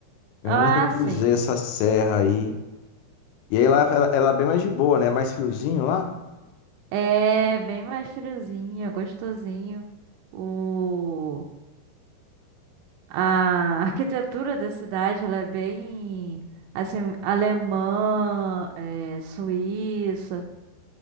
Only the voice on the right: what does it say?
Ah,
sim.
É bem mais friozinho, é gostosinho. O... A arquitetura da cidade, ela é bem, assim, alemã, é, suíça.